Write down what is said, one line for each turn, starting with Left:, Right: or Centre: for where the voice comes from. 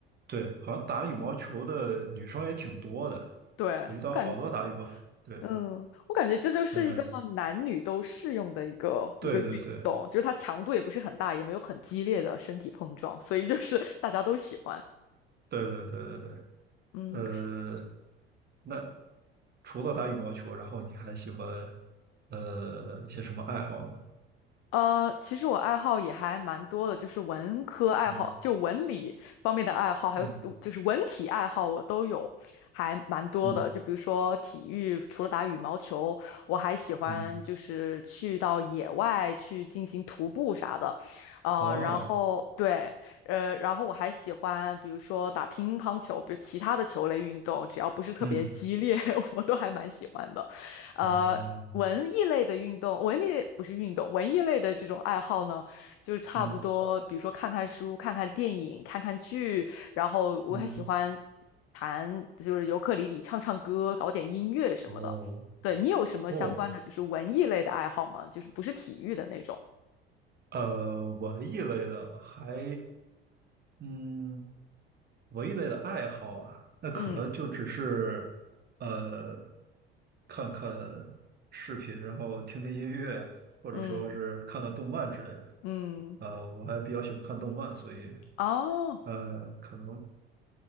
Right: 对，好像打羽毛球的女生也挺多的，
Left: 对，
Right: 我遇到好多打羽毛，
Left: 我感觉。
Right: 对，
Left: 嗯，我感觉这就是一个男女都适用的一个一个运动，
Right: 嗯，对对对
Left: 就是它强度也不是很大，也没有很激烈的身体碰撞，所以就是大家都喜欢。
Right: 对对对对对，
Left: 嗯。
Right: 呃，那除了打羽毛球，然后你还喜欢呃一些什么爱好呢？
Left: 呃，其实我爱好也还蛮多的，就是文科爱好，
Right: 嗯
Left: 就文理方面的爱好，还有呃就是文体爱好，
Right: 嗯
Left: 我都有，还蛮多的。
Right: 嗯
Left: 就比如说体育，除了打羽毛球，我还喜欢就是去到野外去进行徒步啥的，
Right: 嗯，
Left: 呃，
Right: 哦，
Left: 然后对，呃，然后我还喜欢比如说打乒乓球，比如其他的球类运动，只要不是特别激烈，
Right: 嗯
Left: <laughs> 我都还蛮喜欢的。呃，
Right: 哦，
Left: 文艺类的运动，文艺不是运动，文艺类的这种爱好呢，就是差不多，
Right: 嗯
Left: 比如说看看书、看看电影、看看剧，然后我还喜欢
Right: 嗯，
Left: 弹，就是尤克里里、唱唱歌、搞点音乐什么的。
Right: 哦
Left: 对，你有什么相关的就是文艺类的爱好吗？
Right: 哦，
Left: 就是不是体育的那种？
Right: 呃，文艺类的还。嗯，文艺类的爱好啊，那可能就只是呃，
Left: 嗯
Right: 看看视频，然后听听音乐，或者说是看看动漫之类的。
Left: 嗯嗯，
Right: 呃，我还比较喜欢看动漫，所以
Left: 哦，
Right: 呃，可能